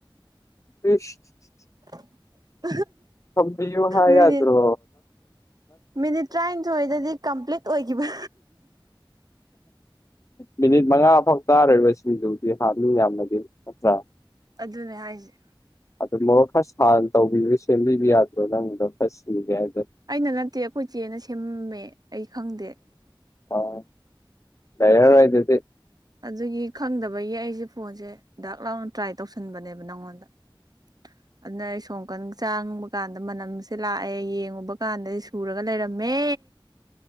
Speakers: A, on the left; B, on the right.
A: ꯁ
B: <inaudible>
A: ꯀꯃ ꯌꯨ ꯍꯥꯏꯗ꯭ꯔꯣ
B: ꯃꯤꯅꯤꯠ ꯃꯤꯅꯤꯠ ꯇꯔꯥꯅꯤꯊꯣꯏꯗꯗꯤ ꯀꯝꯄ꯭ꯂꯤꯠ ꯑꯣꯏꯈꯤꯕ
A: ꯃꯤꯅꯤꯠ ꯃꯉꯥ ꯐꯥꯎ ꯇꯥꯔꯔꯤꯕꯁꯤꯡꯗꯨꯗꯤ ꯍꯥꯞꯅꯤꯡ ꯌꯥꯝꯅꯗꯤ ꯅꯠꯇ꯭ꯔꯥ
B: ꯑꯗꯨꯅꯦ ꯍꯥꯏꯁꯦ
A: ꯑꯗꯨ ꯃꯣꯛ ꯈꯔꯅ ꯇꯧꯕꯤꯕ ꯁꯦꯝꯕꯤꯕ ꯌꯥꯗ꯭ꯔꯣ ꯅꯪꯗꯣ ꯈꯔ ꯁꯤꯒꯦ ꯍꯥꯏ
B: ꯑꯩꯅ ꯅꯠꯇꯦ ꯑꯩꯈꯣꯏ ꯏꯆꯦꯅ ꯁꯦꯝꯃꯦ ꯑꯩ ꯈꯪꯗꯦ
A: ꯑ ꯔ ꯑꯣꯏꯗꯨꯗꯤ
B: ꯑꯗꯨꯒꯤ ꯈꯪꯗꯕꯒꯤ ꯑꯩꯁꯦ ꯐꯣꯟꯁꯦ ꯗꯥꯛ ꯂꯥꯎꯅ ꯇ꯭ꯔꯥꯏ ꯇꯧꯁꯟꯕꯅꯦꯕ ꯅꯪꯉꯣꯟꯗ <unintelligible> ꯑꯗꯨꯅ ꯑꯩ ꯁꯣꯝꯀꯟ ꯆꯥꯡꯨꯕ ꯀꯥꯟꯗ ꯃꯅꯝꯁꯦ ꯂꯥꯛꯑꯦ ꯌꯦꯡꯉꯨꯕ ꯀꯥꯟꯗꯗꯤ ꯁꯨꯔꯒ ꯂꯩꯔꯝꯃꯦ